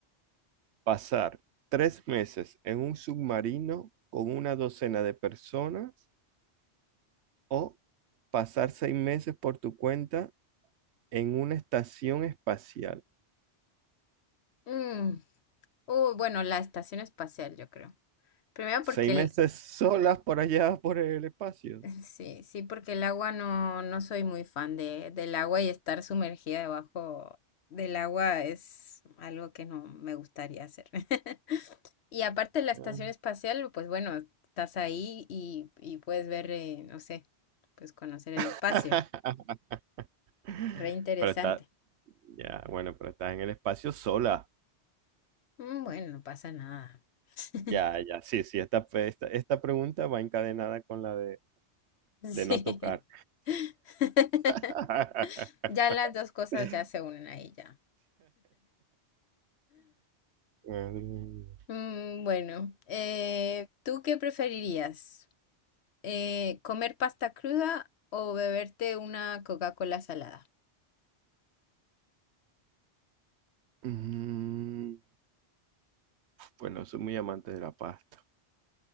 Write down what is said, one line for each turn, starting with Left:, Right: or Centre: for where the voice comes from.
Right: pasar tres meses en un submarino con una docena de personas o pasar seis meses por tu cuenta en una estación espacial.
Left: Mm, uh, bueno, la estación espacial, yo creo. Primero
Right: Seis
Left: porque el-
Right: meses <laughs> solas por allá por el espacio.
Left: Sí, sí, porque el agua no, no soy muy fan de, del agua y estar sumergida debajo del agua es algo que no me gustaría hacer. <laughs> Y aparte la estación
Right: Ah.
Left: espacial, pues bueno, estás ahí y, y puedes ver, eh, no sé, pues conocer el
Right: <laughs>
Left: espacio. Re interesante.
Right: Pero está, ya, bueno, pero estás en el espacio sola.
Left: Mm, Bueno, no pasa nada. <laughs>
Right: Ya, ya, sí, sí, esta, pe- esta, esta pregunta va encadenada con la de,
Left: Sí.
Right: de no tocar.
Left: <laughs>
Right: <laughs>
Left: Ya las dos
Right: <laughs>
Left: cosas
Right: Madre
Left: ya se unen ahí ya.
Right: mía.
Left: Mm, Bueno, eh, ¿tú qué preferirías? Eh, ¿comer pasta cruda o beberte una Coca-Cola salada?
Right: Mm, Bueno, soy muy amante de la pasta.